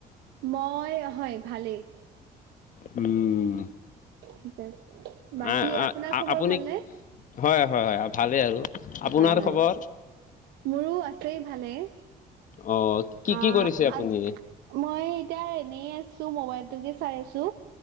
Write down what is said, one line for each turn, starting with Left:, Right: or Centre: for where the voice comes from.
Right: মই হয় ভালেই
Left: উম
Right: ঠিক আছে বাকী
Left: আ- আ-
Right: আপোনাৰ
Left: আ-
Right: খবৰ
Left: আপুনি
Right: ভালনে?
Left: হয় হয় হয় ভালেই আৰু আপোনাৰ
Right: হয় হয়
Left: খবৰ
Right: মোৰো আছেই ভালে
Left: অঁ কি
Right: আহ
Left: কি কৰিছে আপুনি
Right: আজ মই এতিয়া এনে আছো মবাইলটোকে চাই আছো